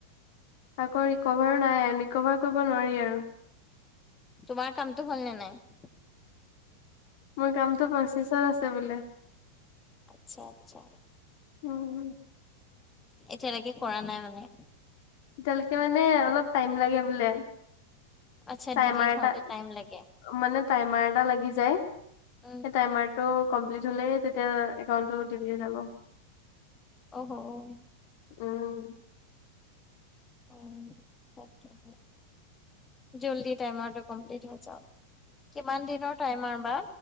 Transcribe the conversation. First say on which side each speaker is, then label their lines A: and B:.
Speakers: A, on the left (about 50°); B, on the left (about 15°).
A: আকৌ ৰিকভাৰো নাই ৰিকভাৰ কৰিব নোৱাৰি আৰু
B: তোমাৰ কামটো হ'ল নে নাই
A: মোৰ কামটো প্ৰচেচিঙত আছে বোলে
B: আচ্ছা আচ্ছা
A: উম
B: এতিয়ালৈকে কৰা নাই মানে
A: এতিয়ালৈকে মানে অলপ টাইম লাগে বোলে
B: আচ্ছা
A: টাইমাৰ
B: ডিলিট
A: এটা
B: হওঁতে টাইম লাগে
A: মানে টাইমাৰ এটা লাগি যায় সেই
B: উম
A: টাইমাৰ টো কমপ্লিট হলে তেতিয়া একাউন্টটো দিল্লী যাব
B: অহ হ
A: উম
B: উ তাকেহে জল্দি টাইমাৰটো কমপ্লিত হৈ যাওক কিমান দিনৰ টাইমাৰ বা